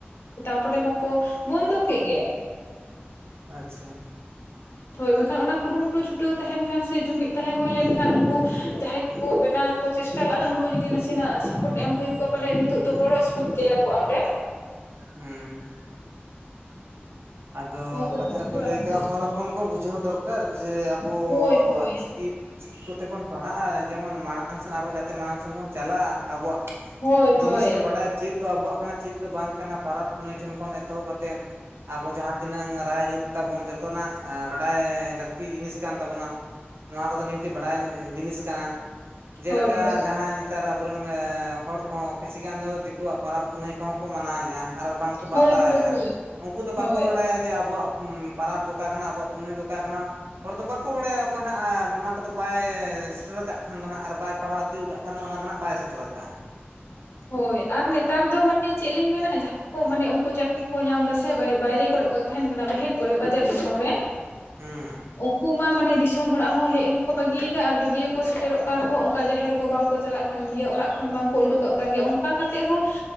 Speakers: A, on the left; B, on the right.
A: ᱛᱟᱨᱯᱚᱨᱮ ᱱᱳᱠᱳ ᱵᱚᱱᱫᱚ ᱠᱮᱫ ᱜᱮ
B: ᱟᱪᱪᱷᱟ
A: ᱦᱳᱭ ᱵᱟᱠᱷᱟᱱ ᱚᱱᱟ ᱠᱩᱨᱩᱢᱩᱴᱩ ᱪᱷᱩᱴᱟᱹᱣ ᱛᱟᱦᱮᱸᱱ ᱠᱷᱟᱱ ᱥᱮ ᱡᱩᱢᱤᱫ ᱛᱟᱦᱮᱸ ᱦᱩᱭ ᱞᱮᱱᱠᱷᱟᱱ ᱩᱱᱠᱩ ᱡᱟᱦᱟᱸᱭ ᱠᱚ ᱠᱚ ᱵᱮᱱᱟᱣ ᱠᱚ ᱪᱮᱥᱴᱟ ᱞᱟᱜᱼᱟ ᱩᱱᱠᱩ ᱡᱩᱫᱤ ᱱᱟᱥᱮᱱᱟᱜ ᱥᱟᱯᱳᱴ ᱮᱢ ᱦᱩᱭ ᱠᱚᱜᱼᱟ ᱯᱟᱞᱮ ᱱᱤᱛᱚᱜ ᱫᱚ ᱵᱚᱲᱚ ᱥᱤᱥᱠᱩᱞ ᱠᱮᱭᱟ ᱠᱚ ᱚᱸᱰᱮ
B: ᱦᱩᱸ ᱟᱫᱚ
A: ᱚᱱᱠᱟ
B: ᱠᱟᱛᱷᱟ
A: ᱠᱟᱛᱮ
B: ᱨᱮᱠᱚ
A: ᱜᱮ ᱵᱟᱝ
B: ᱞᱟᱹᱭ ᱠᱟᱫᱼᱟ
A: ᱦᱩᱭ
B: ᱦᱚᱲ ᱦᱚᱯᱚᱱ ᱠᱚ ᱵᱩᱡᱷᱟᱹᱣ ᱫᱚᱨᱠᱟᱨ ᱡᱮ ᱟᱵᱚᱣᱟᱜ
A: ᱠᱟᱱᱟ᱾ ᱦᱳᱭ ᱦᱳᱭ
B: ᱪᱤᱠᱤ ᱪᱤᱠᱤ ᱠᱚᱛᱮ ᱵᱚᱱ ᱯᱟᱲᱦᱟᱜᱼᱟ ᱡᱮᱢᱚᱱ ᱢᱟᱲᱟᱝ ᱥᱮᱱ ᱟᱨᱦᱚᱸ ᱡᱟᱛᱮ ᱢᱟᱲᱟᱝ ᱥᱮᱱ ᱵᱚᱱ ᱪᱟᱞᱟᱜᱼᱟ ᱟᱵᱚᱣᱟᱜ
A: ᱦᱳᱭ ᱦᱳᱭ ᱦᱳᱭ
B: ᱡᱤᱱᱤᱥ ᱵᱚᱱ ᱵᱟᱲᱟᱭᱟ ᱪᱮᱫ ᱫᱚ ᱟᱵᱚᱣᱟᱜ ᱠᱟᱱᱟ ᱪᱮᱫ ᱫᱚ ᱵᱟᱝ ᱠᱟᱱᱟ ᱯᱟᱨᱟᱵᱽ ᱯᱩᱱᱟᱹᱭ ᱴᱷᱮᱱ ᱠᱷᱚᱱ ᱮᱛᱚᱦᱚᱵ ᱟᱛᱮᱱ᱾ ᱟᱵᱚ ᱡᱟᱦᱟᱸ ᱛᱤᱱᱟᱹᱝ ᱨᱟᱭ ᱨᱤᱛ ᱛᱟᱵᱚᱱ ᱡᱚᱛᱚᱱᱟᱜ ᱵᱟᱰᱟᱭ ᱞᱟᱹᱠᱛᱤ ᱡᱤᱱᱤᱥ ᱠᱟᱱ ᱛᱟᱵᱚᱱᱟ, ᱱᱚᱣᱟ ᱠᱚᱫᱚ ᱱᱤᱦᱟᱹᱛᱤ ᱵᱟᱰᱟᱭ ᱡᱤᱱᱤᱥ ᱠᱟᱱᱟ, ᱡᱮᱞᱮᱠᱟ
A: ᱦᱳᱭ ᱦᱳᱭ
B: ᱡᱟᱦᱟᱸᱭ ᱱᱮᱛᱟᱨ ᱟᱵᱚᱨᱮᱱ ᱦᱚᱲ ᱠᱚᱦᱚᱸ ᱠᱤᱪᱷᱤ ᱜᱟᱱ ᱫᱚ ᱫᱤᱠᱩᱣᱟᱜ ᱯᱟᱨᱟᱵᱽ ᱯᱩᱱᱟᱹᱭ ᱠᱚᱦᱚᱸ ᱠᱚ ᱢᱟᱱᱟᱣᱮᱫᱼᱟ᱾ ᱟᱨ ᱵᱟᱝ ᱠᱚ
A: ᱦᱳᱭ
B: ᱵᱟᱛᱟᱣᱮᱫᱼᱟ
A: ᱦᱳᱭ
B: ᱩᱝᱠᱩ ᱫᱚ
A: ᱦᱳᱭ
B: ᱵᱟᱠᱚ ᱵᱟᱰᱟᱭᱟ ᱡᱮ ᱟᱵᱚᱣᱟᱜ ᱯᱟᱨᱟᱵᱽ ᱫᱚ ᱚᱠᱟ ᱠᱟᱱᱟ, ᱟᱵᱚᱣᱟᱜ ᱯᱩᱱᱟᱹᱭ ᱫᱚ ᱚᱠᱟ ᱠᱟᱱᱟ, ᱦᱚᱲ ᱫᱚ ᱵᱟᱠᱚ ᱵᱟᱰᱟᱭᱟ᱾ ᱠᱚᱭ ᱱᱟᱦᱟᱜ ᱚᱱᱟ ᱠᱚᱫᱚ ᱵᱟᱭ ᱥᱮᱴᱮᱨ ᱠᱟᱜ ᱠᱷᱟᱱ ᱫᱚ ᱱᱟᱦᱟᱜ ᱟᱨ ᱵᱟᱭ ᱯᱟᱲᱦᱟᱣ ᱛᱤᱭᱳᱜ ᱠᱟᱜ ᱠᱷᱟᱱ ᱫᱚ ᱚᱱᱟ ᱫᱚ ᱱᱟᱜ ᱵᱟᱭ ᱥᱮᱴᱮᱨ ᱠᱟᱜᱼᱟ᱾
A: ᱦᱳᱭ ᱟᱨ ᱱᱮᱛᱟᱨ ᱫᱚ ᱢᱟᱱᱮ ᱪᱮᱜ ᱞᱤᱧ ᱢᱮᱱᱟ ᱡᱟᱦ ᱠᱚ ᱢᱟᱱᱮ ᱩᱝᱠᱩ ᱪᱟᱹᱠᱨᱤ ᱠᱚ ᱧᱟᱢ ᱫᱟᱥᱮ ᱵᱟᱭᱨᱮ ᱠᱚᱨᱮ ᱠᱚ ᱛᱟᱦᱮᱱ ᱠᱟᱱᱟ ᱵᱟᱦᱮᱨ ᱠᱚᱨᱮ ᱵᱟᱡᱟᱨ ᱫᱤᱥᱚᱢ ᱨᱮ
B: ᱦᱩᱸ
A: ᱩᱱᱠᱩᱢ ᱢᱟ ᱢᱟᱱᱮ ᱫᱤᱥᱚᱢ ᱚᱲᱟᱜ ᱦᱚᱸ ᱦᱮᱡ ᱦᱚᱸᱠᱚ ᱵᱟᱹᱜᱤ ᱮᱫᱟ ᱟᱨ ᱡᱩᱫᱤᱭᱟᱹᱠᱚ ᱥᱮᱴᱮᱨᱚᱜ ᱠᱟᱱ ᱨᱮᱦᱚᱸ ᱚᱱᱠᱟ ᱡᱟᱦᱮᱨ ᱠᱚ ᱵᱟᱝᱠᱚ ᱪᱟᱞᱟᱜ ᱠᱟᱱᱟ ᱠᱟᱱ ᱜᱮᱭᱟ ᱚᱲᱟᱜ ᱠᱷᱚᱱ ᱵᱟᱝᱠᱚ ᱩᱰᱩᱠᱚᱜ ᱠᱟᱱ ᱜᱮᱭᱟ ᱚᱱᱠᱟ ᱠᱟ ᱠᱟᱛᱮᱫ ᱦᱚᱸ